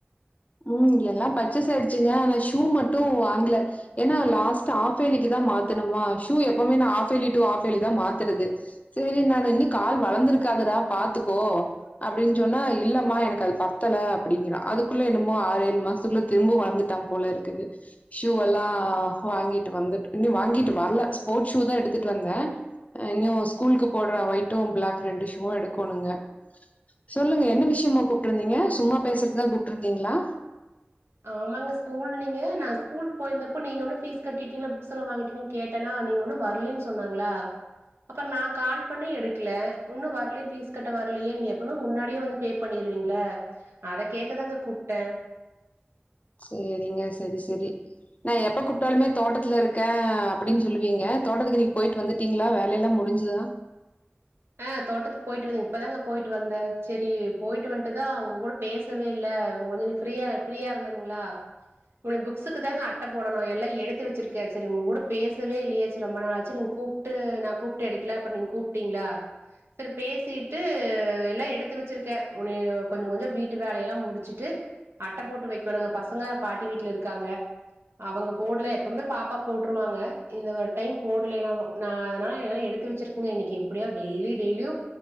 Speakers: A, on the left; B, on the right.
A: ம் எல்லாம் பரச்சேசு ஆயிடுச்சுங்க ஆனா ஷூ மட்டும் வாங்கல ஏன்னா லாஸ்ட் ஆ ஹாஃப் வேலிக்குதான் மாத்தணுமா ஷூ எப்பவுமே நான் ஹாஃப் வேலி டூ ஹாஃப் வேலி தான் மாத்துறது சரி நான் இனி கால் வளர்ந்திருக்காதடா பாத்துக்கோ அப்படின்னு சொன்னா இல்லமா எனக்கு அது பத்தல அப்படிங்கறான் அதுக்குள்ள ஆறு ஏழு மாசத்துக்குள்ள திரும்ப வளர்ந்தாடா போல இருக்குது ஷூ எல்லாம் வாங்கிட்டு வந்து வாங்கிட்டு வரல ஸ்போர்ட ஷூ தான் எடுத்துட்டு வந்தேன் இன்னும் ஸ்கூலுக்கு போடுற ஒயட்டும் பிளாக் ரெண்டு ஷூ எடுக்குங்க சொல்லுங்க என்ன விஷயமா கூப்பிட்டு இருந்தீங்க சும்மா பேசுறதுான் கூப்ப இருந்தீங்களா
B: ஆமாங்க ஸ்கூல் ல நீங்க நான் ஸ்கூல் போயிருந்தப்போ நீங்க ஒன்னும் பீஸ் கட்டிட்டீங்க புக்ஸ் எல்லாம் வாங்கிட்டீ கேட்டேனா நீங்க ஒன்னும் வரலன்னு சொன்னாங்களா அப்புறம் நான் கால் பண்ணி எடுக்கல இன்னும் வரல பீஸ் கட்ட வரலையே நீங்க எப்பவுமே முன்னாடியே வந்து பே பண்ணிருவீங்கள அத கேக்கதாங்க கூப்ட்ட
A: சரிங்க சரி சரி நான் எப்ப கூப்பிட்டாலுமே தோட்டத்துல இருக்கேன் அப்படின்னு சொல்லுவீங்க தோட்டத்துக்கு நீங்க போயிட்டு வந்துட்டீங்களா வேலைய எல்லாம் முடிஞ்சுதா
B: ஆ தோட்டத்துக்கு போயிட்டு வந்தேன் இப்பதாங்க போயிட்டு வந்தேன் சரி போயிட்டு வந்துட்டுதான் உங்க கூட பேசவே இல்லை கொஞ்ச நீ ஃயா ஃப்ரீயா இருந்தேுங்களா டயா புக்ஸுக்கு தாங்க அட்டை போடணும் எல்லாம் எடுத்து வச்சிருக்கே சரி உங்க கூட பேசவே இல்லையாச்சு ரொம்ப நாள ஆச்சு நீங்க கூப்பிட்டு நான் கூப்பிட்டு எடுக்கல அப்பற நீங்க கூப்பிட்டீங்களா சரி பேசிட்டு எல்லாம் எடுத்து வச்சிருக்கேன் உன கொஞ்சம் கொஞ்சம் வீட்டு வேலையெல்லாம் முடிச்சுட்டு அட்டை போட்டு வைக்கணுங்க பசங்க பாட்டி வீட்டுல இருக்காங்க அவங்க போடல எப்பவுமே பாப்பா போட்டுருவாங்க இந்த டைம் போடலன்னா நான் அதனால எல்லாம் எடுத்து வச்சிருக்கேங்க இன்னைக்கு எப்படியா டெய்லி டெய்லியும்